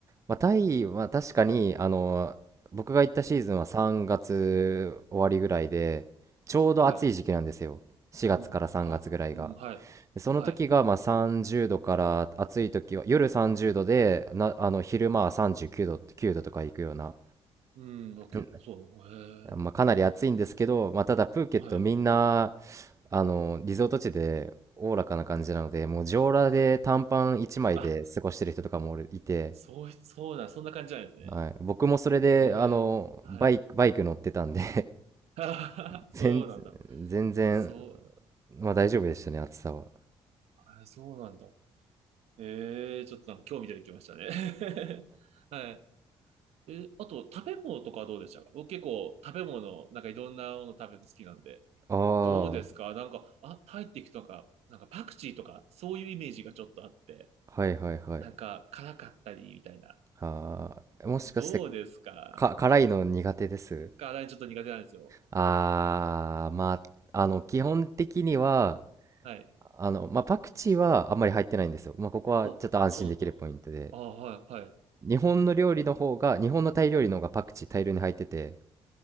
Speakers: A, on the right; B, on the right.
A: まあ、タイは確かにあの僕が行ったシーズンは3月終わりぐらいでちょうど暑い時期なんですよ4月から3月ぐらいが
B: はい。うん、ああ、うん、はい。
A: でその時がまあ30度から暑い時は夜30度でなあの昼間は39度、
B: はい。
A: 9度とか行くような、
B: うん、あ、け、
A: うん
B: そう、へえ、
A: まあ、かなり暑いんですけど、
B: そ
A: まあ、ただプーケットみんな
B: はい。
A: あの、リゾート地でおおらかな感じなので、もう上裸で短パン1枚で過ごしてる人とかもおるいて、
B: あ、そうい、そうだ、そんな感じなんですね。
A: はい、僕もそれで、
B: へ
A: あの、
B: え、はい。
A: バイク、バイク乗ってたんで
B: <laughs> あははそうなんだ。
A: <laughs> 全、全然、
B: そ
A: まあ大丈夫でしたね、暑さは。
B: う、え、そうなんだ。ええ、ちょっとなんか興味出てきましたね。<laughs> はい。え、あと、食べ物とかはどうでしたか僕結構食べ物、なんかいろんなもの食べるの好きなんで。
A: ああ、
B: どうですかなんか、あ、タイっていくとか、なんかパクチーとか、そういうイメージがちょっとあって。
A: はいはいはい。
B: なんか、辛かったり、みたいな。
A: ああ、もしかして、
B: どうですか
A: か、辛いの苦手です
B: 辛いのちょっと苦手なんですよ。
A: ああ、まあ、あの、基本的には、
B: はい。
A: あの、まあ、パクチーはあんまり入ってないんですよ。まあ、ここはちょっと安心できるポイントで。
B: お、そうなんだ。あ、はい、はい。
A: 日本の料理の方が、日本のタイ料理の方がパクチー大量に入ってて、